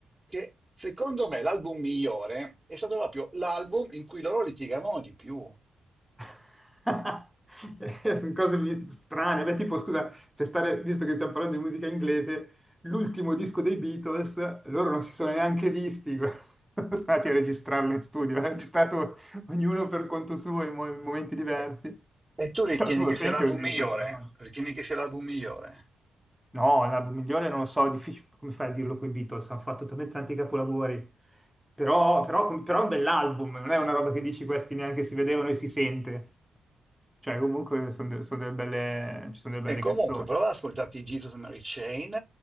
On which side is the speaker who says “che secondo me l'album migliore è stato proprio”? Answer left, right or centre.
Right